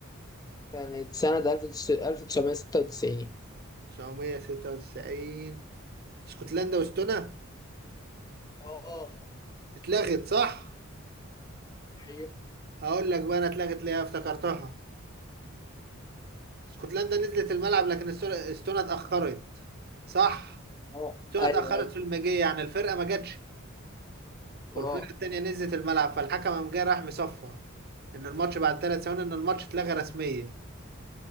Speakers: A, on the left; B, on the right.
A: يعني سنة 1996
B: 996 اسكتلندا واستونا
A: اه
B: اتلغت صح
A: ايوه
B: هقول لك بقى انا اتلغت ليه افتكرتها اسكتلندا نزلت الملعب لكن استونا استونا اتأخرت صح
A: اه
B: استونا
A: ايوه
B: اتأخرت
A: ايوه
B: في المجيء يعني الفرقة ما جاتش والفرقه
A: اه
B: التانيه نزلت الملعب فالحكم قام جاي راح مصفى ان الماتش بعد ثلاث ثواني ان الماتش اتلغى رسميا